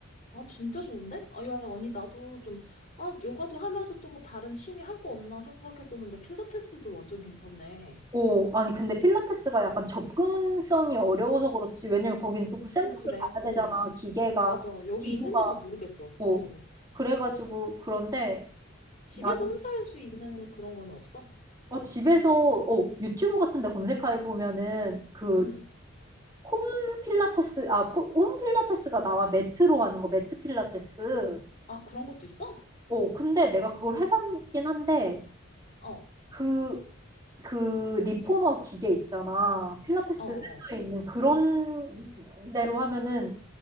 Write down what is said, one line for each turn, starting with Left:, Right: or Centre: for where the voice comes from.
Left: 아, 진짜 좋은데? 아, 야, 아니, 나도 좀, 아, 요가도 하면서 또 뭐 다른 취미 할 거 없나 생각했었는데, 필라테스도 완전 괜찮네.
Right: 오, 아니 근데 필라테스가 약간 접근성이 어려워서 그렇지. 왜냐면 거긴 또그 센터를
Left: 좀 그래,
Right: 가야
Left: 응.
Right: 되잖아. 기계가
Left: 맞아. 여기
Right: 기구가
Left: 있는지도 모르겠어.
Right: 어,
Left: 응.
Right: 그래가지고, 그런데
Left: 집에서
Right: 나는,
Left: 혼자 할 수 있는 그런 거는 없어?
Right: 어, 집에서, 어, 유튜브 같은 데 검색해보면은, 그,
Left: 응.
Right: 홈 필라테스, 아, 포- 홈 필라테스가 나와, 매트로 하는 거, 매트 필라테스.
Left: 아, 그런 것도 있어?
Right: 어, 근데 내가 그걸 해봤긴 한데,
Left: 어, 어,
Right: 그, 그, 리포머 기계 있잖아. 필라테스
Left: 어.
Right: 센터에 있는 그런 데로 하면은,